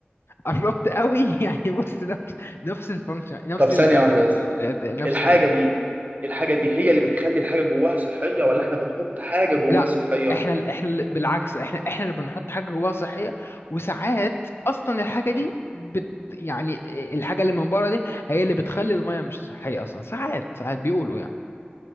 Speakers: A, on the left; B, on the right.
A: قربت قوي <laughs> يعني بص نفس نفس الفانكشن نفس
B: طب ثانية
A: ال ال-
B: واحدة بس
A: ال- نفس
B: الحاجة
A: ال
B: دي الحاجة دي هي اللي بتخلي الحاجة جواها صحية ولا احنا بنحط حاجة جواها
A: لا
B: صحية
A: احنا ال- احنا ال- بالعكس احنا احنا اللي بنحط حاجة جواها صحية وساعات اصلا الحاجة
B: مم.
A: دي بت يعني الحاجة اللي من بره دي هي اللي بتخلي المية مش صحية اصلا ساعات ساعات بيقولوا يعني